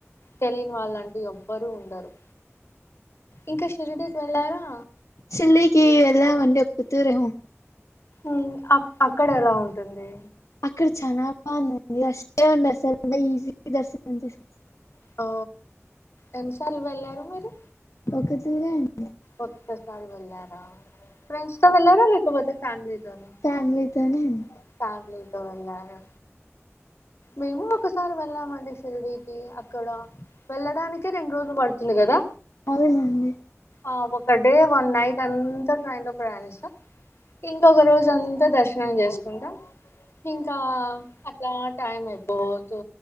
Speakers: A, on the left; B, on the left.
A: తెలిని వాళ్ళంటూ ఎవ్వరు ఉండరు. ఇంకా షిరిడికి వెళ్లారా?
B: షిరిడికి వెళ్దామండి ఒక్క కుతురేమో
A: ఉ అ అక్కడ ఎలా ఉంటుంది?
B: అక్కడ చనా బాగుందండి, <unintelligible> ఈజీ దర్శనం చేసు. <unintelligible>
A: ఓ ఎన్నీసార్లు వెళ్ళారు మీరు?
B: ఒకతూరే అండి
A: ఒక్కసారి వెళ్ళారా ఫ్రెండ్స్తో వెళ్ళారా, లేకపోతే ఫ్యామిలీ. <unintelligible>
B: ఫ్యామిలీతోనే అండి
A: ఫ్యామిలీతో వెళ్లాను. మేము ఒకసారి వెళ్ళమండి షిరిడికి. ఇక్కడ వెళ్ళడానికే రెండు రోజులు పడుతుంది కదా?
B: అవునండి
A: ఆ ఒక డే వన్ నైట్ అంతా ట్రైన్ లో ప్రయాణిస్తం. ఇంకొక రోజంతా దర్శనం చేసుకుంటాం ఇంకా, కా టైం అయిపోతు